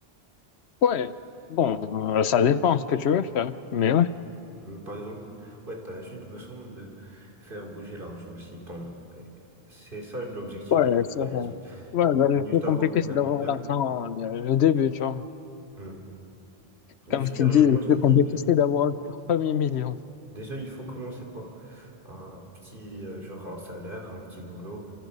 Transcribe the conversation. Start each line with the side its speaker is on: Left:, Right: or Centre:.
Left: Ouais, bon, euh, ça dépend ce que tu veux faire, mais ouais.
Right: Donc, Par exemple, ouais, t'as juste besoin de faire bouger l'argent si t'en as. Ouais. C'est ça l'objectif
Left: Ouais,
Right: du capitalisme.
Left: ça- ouais,
Right: Il
Left: bah, le
Right: faut juste
Left: plus compliqué,
Right: avoir le capital.
Left: c'est d'avoir l'argent, le, le début, tu vois.
Right: Hmm. Mais
Left: Comme
Right: justement,
Left: ce qu'ils disent,
Right: moi
Left: le plus
Right: je t'ai dit,
Left: compliqué, c'est d'avoir le premier million.
Right: déjà il faut commencer par un petit, euh, genre un salaire, un petit boulot.